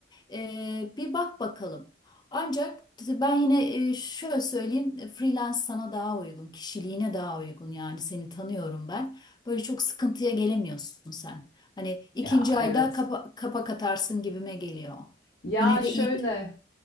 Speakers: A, on the left (about 25°); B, on the left (about 60°).
A: E, bir bak bakalım. Ancak ben yine e, şöyle söyleyeyim e, freelance sana daha uygun, kişiliğine daha uygun yani seni tanıyorum ben. Böyle çok sıkıntıya gelemiyorsun sen. Hani ikinci
B: Ya
A: ayda
B: evet.
A: kapa, kapak atarsın gibime geliyor.
B: Ya
A: Yine de
B: şöyle
A: iyi.